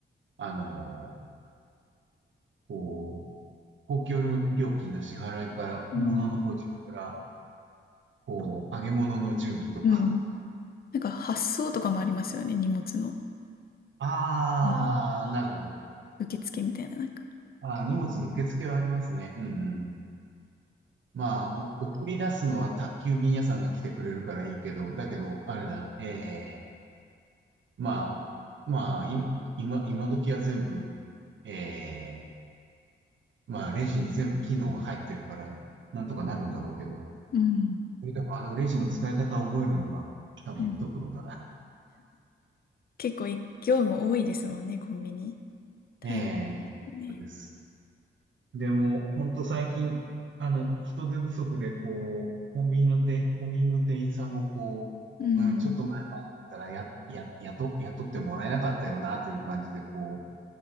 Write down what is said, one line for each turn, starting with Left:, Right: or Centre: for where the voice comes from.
Right: あの、こう、公共料金の支払いから、
Left: あー
Right: 物の補充から、こう、揚げ物の準備とか。
Left: うん。なんか発送とかもありますよね、荷物の。
Right: あー、
Left: なんか
Right: なるほど。
Left: 受付みたいな、なんか。
Right: ああ荷物の受付はありますね。うんうん。まあ、お送り出すのは宅急便屋さんが来てくれるからいいけど、だけど、あれだ、ええまあ、まあ、い、今、今時は全部、ええまあ、レジに全部機能が入ってるから、なんとかなるんだろうけど、
Left: うん。
Right: それでもあのレジの使い方を覚えるのが多分一苦労だな。
Left: うん結構い業務多いですもんね、コンビニ。大変ですね。
Right: ええ、そうです。でも、本当最近、あの、人手不足で、こう、コンビニの店、コンビニの店員さんもこう、
Left: うん。
Right: うん、ちょっと前までだったら、や、や、雇、雇ってもらえなかったよな、という感じで、こう、